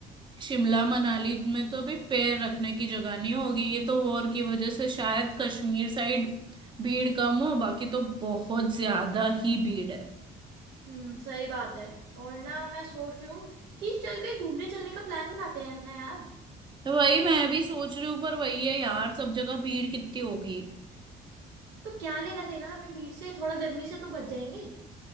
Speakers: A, on the right (about 30°); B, on the right (about 80°).
A: शिमला मनाली में तो अभी पैर रखने की जगह नहीं होगी ये तो वॉर की वजह से शायद कश्मीर साइड भीड़ कम हो बाकी तो बहुत ज्यादा ही भीड़ है
B: हम्म सही बात है और ना मैं सोच रही हूँ कि चल कहीं घूमने चलने का प्लान बनाते हैं ना यार
A: तो वही मैं भी सोच रही हूँ पर वही है यार सब जगह भीड़ कितनी होगी
B: तो क्या लेना देना हमें भीड़ से थोड़ा गर्मी से तो बच जाएंगे